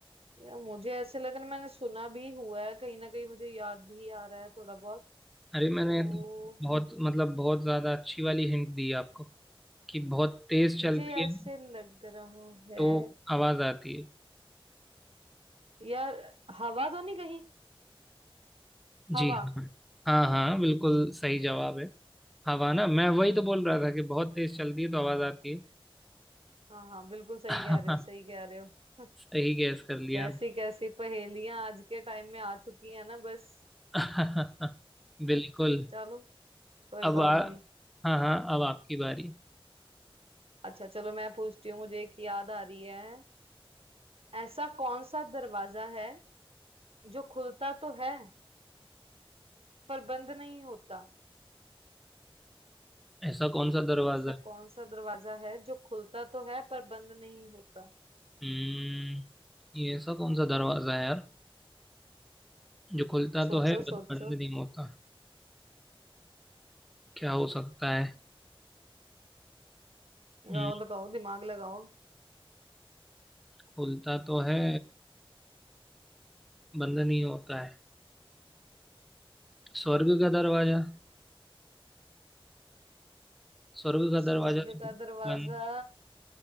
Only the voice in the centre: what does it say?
अरे मैंने
तो बहुत मतलब बहुत ज्यादा अच्छी वाली हिंट दी आपको कि बहुत तेज चलती
है
तो आवाज आती है
जी हाँ हाँ हाँ बिल्कुल सही जवाब है हवा ना मैं वही तो बोल रहा था कि बहुत तेज चलती है तो आवाज आती है
<laughs>
सही गैस कर लिया
<laughs> बिल्कुल
अब
आ
हाँ हाँ अब आपकी बारी
ऐसा कौन सा दरवाजा
हम्म ये ऐसा कौन सा दरवाजा है यार जो खुलता
तो है बट
बंद नहीं होता क्या हो सकता है
हम्म,
खुलता तो है बंद नहीं होता है स्वर्ग का दरवाजा स्वर्ग का
दरवाजा तो
बंद